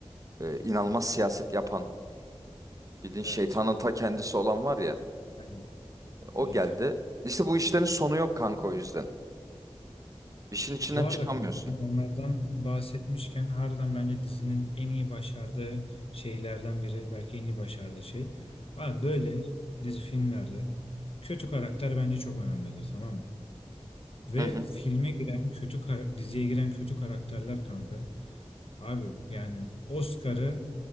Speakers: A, on the right; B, on the left.
A: e, inanılmaz siyaset yapan bildiğin şeytanın
B: Evet o
A: ta
B: iyiydi.
A: kendisi olan var ya
B: Aynen
A: e,
B: o
A: o
B: iyiydi.
A: geldi. İşte bu işlerin sonu yok kanka o yüzden. İşin içinden
B: Bu
A: çıkamıyorsun.
B: arada kanka onlardan bahsetmişken harbiden bence dizinin en iyi başardığı şeylerden biri. Belki en iyi başardığı şey. Abi böyle dizi filmlerde kötü karakter bence çok önemlidir tamam mı? Ve
A: Hı hı.
B: filme giren kötü kara- diziye giren kötü karakterler kanka. Abi yani Oscar'ı